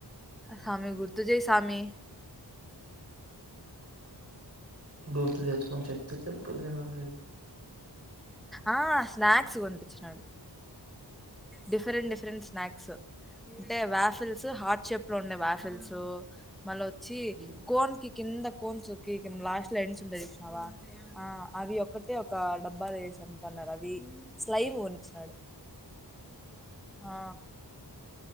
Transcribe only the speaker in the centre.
సామీ గుర్తుజెయ్ సామీ
ఆ స్నాక్స్ కోనిపిచ్చినాడు డిఫరెంట్ డిఫరెంట్ స్నాక్స్ అంటే వ్యాఫిల్స్ హార్ట్ షేప్ లో ఉండే వ్యాఫిల్సు మళ్లోచ్చి
కోన్ కిక్ కింద కోన్సుకి కింలాస్ట్లో ఎండ్స్ ఉంటయ్ జూశ్నవా ఆ అవి ఒక్కటే ఒక డబ్బా వేసి అమ్ముతన్నారవవీ స్లైలు గొనిచ్చినాడు ఆ